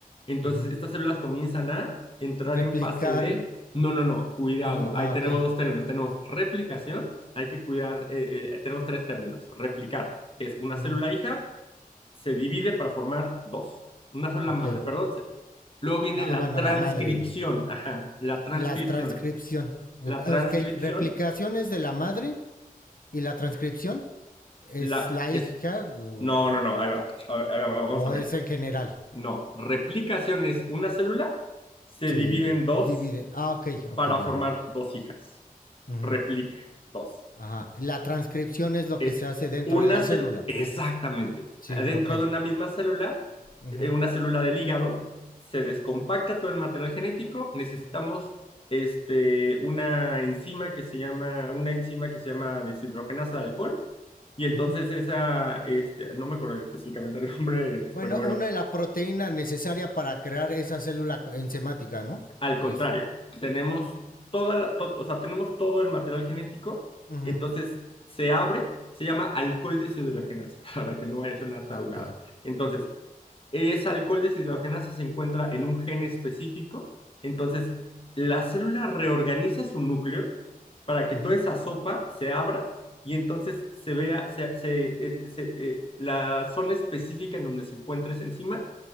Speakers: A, on the left; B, on the left.
A: Entonces,
B: ujú.
A: estas células comienzan a entrar
B: Replicar...
A: en fase de, no, no, no, cuidado,
B: no, ah,
A: ahí tenemos
B: ok.
A: dos términos, tenemos replicación hay que cuidar, eh, eh, tenemos tres términos. Replicar, que es una
B: ujú,
A: célula hija, se divide para formar dos. Una sola
B: ok.
A: madre, perdón. Luego viene
B: Ah,
A: la
B: bueno,
A: transcripción,
B: la madre.
A: ajá, la transcripción.
B: Y la transcripción. Ok,
A: La transcripción,
B: replicaciones de la madre y la transcripción. ¿Es
A: la
B: la
A: es...
B: hija o,
A: No, no, no, ahí va. A ver, ahí va, vamos
B: o
A: a ver.
B: es en general?
A: No, replicación es una célula, se
B: Se
A: divide en dos
B: divide. Ah, ok, ok,
A: para formar
B: ajá.
A: dos hijas.
B: Ujú,
A: Replica, dos.
B: Ajá. La transcripción es lo
A: es
B: que se hace dentro
A: una
B: de la
A: célula,
B: célula.
A: exactamente,
B: Sí,
A: dentro
B: ok.
A: de una misma célula,
B: ujú,
A: eh, una célula del hígado, se descompacta todo el material genético, necesitamos este, una enzima que se llama, una enzima que se llama deshidrogenasa de alcohol, y entonces
B: ujú.
A: esa, este, no me acuerdo específicamente el <laughs> nombre,
B: Bueno,
A: pero bueno,
B: una es la proteína necesaria para crear esa célula co- enzimática, ¿no?
A: Al
B: Ok.
A: contrario,
B: s-
A: tenemos
B: o-
A: toda la, to- o sea, tenemos todo el material genético,
B: ujú,
A: entonces se abre, se llama alcohol deshidrogenasa, <laughs> para que no vaya a ser una
B: Ah,
A: tarugada.
B: ok.
A: Entonces, ese alcohol deshidrogenasa se encuentra en un gen específico, entonces la célula reorganiza su núcleo para que
B: ujú,
A: toda esa sopa se abra y entonces se vea se, se, eh, se, eh, la zona específica en donde se encuentra esa enzima